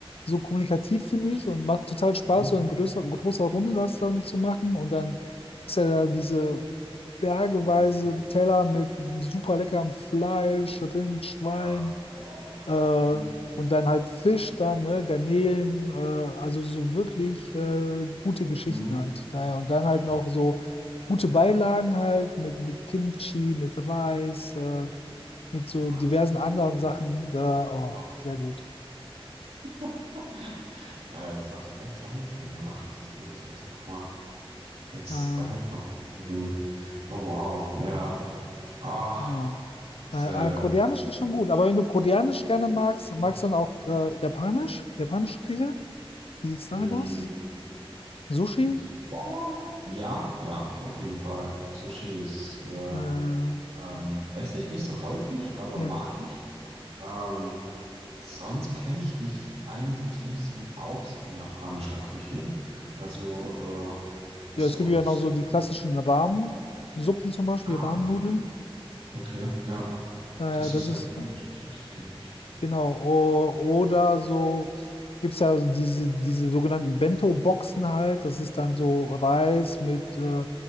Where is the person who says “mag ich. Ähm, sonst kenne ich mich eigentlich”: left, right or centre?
Right